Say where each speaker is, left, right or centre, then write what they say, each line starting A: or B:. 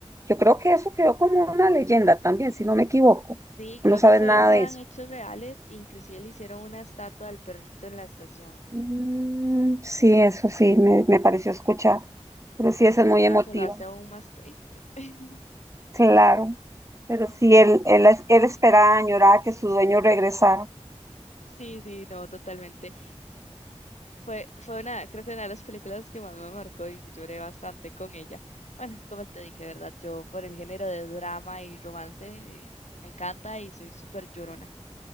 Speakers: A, on the right; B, on the left.
A: yo creo que eso quedó como una leyenda también, si no me equivoco.
B: Sí, creo
A: No sabes
B: que fue
A: nada
B: basada
A: de eso.
B: en hechos reales, inclusive le hicieron una estatua al perrito en la estación,
A: Mm, sí, eso sí, me, me pareció escuchar, pero sí, eso
B: <laughs>
A: es muy
B: lo
A: emotivo,
B: que lo hace aún más triste. <laughs>
A: claro. Pero sí, él, él, es- él esperaba, añoraba que su dueño regresara.
B: Sí, sí, no, totalmente. Fue, fue una, creo que una de las películas que más me marcó y sí lloré bastante con ella. Bueno, como te dije, ¿verdad? Yo por el género de drama y romance eh, me encanta y soy súper llorona.